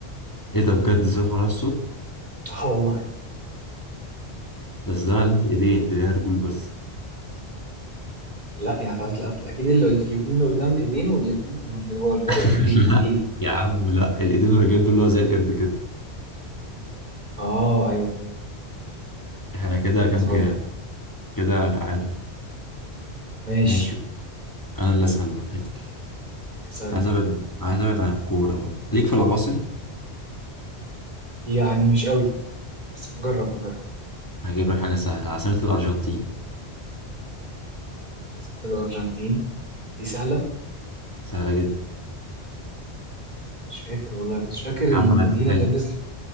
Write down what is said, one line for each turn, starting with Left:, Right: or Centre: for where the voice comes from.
Left: ايه ده بجد زي مالهاش صوت
Right: اه والله
Left: بس ده مالهاش ايدين دي ليها رجول بس
Right: لا يعني أصل أصل اكيد اللي الاثنين اللي قدام ايدين والاثنين اللي ورا اللي ورا
Left: <laughs>
Right: رجلين اكيد
Left: لا يا عم لا الايدين والرجلين دول اللي هو زي القرد كده
Right: اه ايوه فهمت
Left: احنا كده
Right: خلاص
Left: كام كام
Right: غلط
Left: كده تعادل
Right: ماشي
Left: ماشي انا اللي اسال بقى اتقل
Right: اسألني
Left: عايز ابعد عايز ابعد عن الكوره بقى ليك في العواصم
Right: يعني مش قوي بس نجرب نجرب
Left: هجيب لك حاجه سهله عاصمه الارجنتين
Right: عاصمة الأرجنتين دي سهلة
Left: سهله جدا
Right: مش فاكر والله مش فاكر
Left: يا
Right: المدينة
Left: عم هديك
Right: اللي نزل